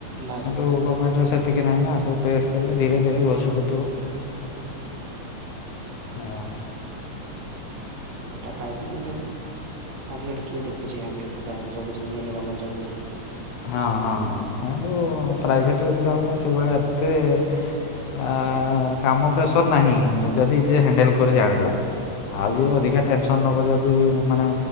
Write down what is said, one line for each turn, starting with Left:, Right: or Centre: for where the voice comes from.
Right: ବାସ୍
Left: କିନ୍ତୁ
Right: ବାସ୍
Left: ଗମେଣ୍ଟରେ ସେତିକି ନାହିଁ ନା ସେ ପ୍ରେସ୍ କଲେ ଧୀରେ ଧୀରେ ଘଷୁରୁଥୁବ। <unintelligible>
Right: ସେଟା ଫଇଦା କିନ୍ତୁ ଆଜି କାଲି କିଏ ଦେଖୁଚି ଆଜି କାଲି ପ୍ରାଇଭେଟ ଜବ୍ କୁ ଯଦି <unintelligible> ହେଲେ ଗମେଣ୍ଟ୍ ଜବ୍ ବେଶୀ।
Left: ହଁ ହଁ <unintelligible> ପ୍ରାଇଭେଟରେ ବି ତାମାନେ ସେଇଭଳିଆ ଏତେ ଆ କାମ ପ୍ରେସର ନାହିଁ ଯଦି ଯିଏ ହେଣ୍ଡେଲ କରି ଜାଣିଲା। ଆଉ
Right: ହଁ
Left: ଯିଏ ଅଧିକା ଟେନ୍ ସନ୍ ନବ ଯଦି ମାନେ